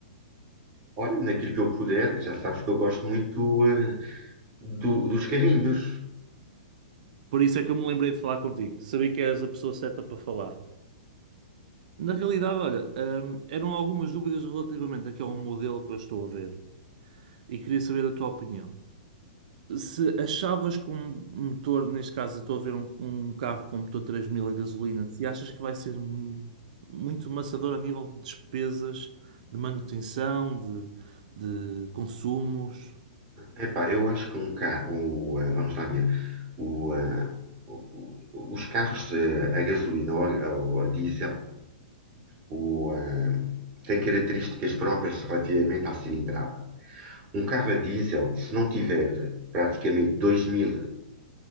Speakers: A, on the right (about 30°); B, on the right (about 55°).
A: Olha, naquilo que eu puder, já sabes que eu gosto muito eh, do- dos carrinhos.
B: Por isso é que eu me lembrei de falar contigo. Sabia que eras a pessoa certa para falar. Na realidade, olha, hum, eram algumas dúvidas relativamente aqui a um modelo que eu estou a ver e queria saber a tua opinião. Se achavas que um um motor, neste caso, eu estou a ver um, um carro com motor 3000 a gasolina, se achas que vai ser mu- muito maçador a nível de despesas, de manutenção, de, de consumos,
A: Epá, eu acho que um carro, vamos lá ver, o, eh, o- o- os carros eh, a gasolina ou a, ou a diesel o, eh, têm características próprias relativamente à cilindrada. Um carro a diesel, se não tiver eh, praticamente 2.000,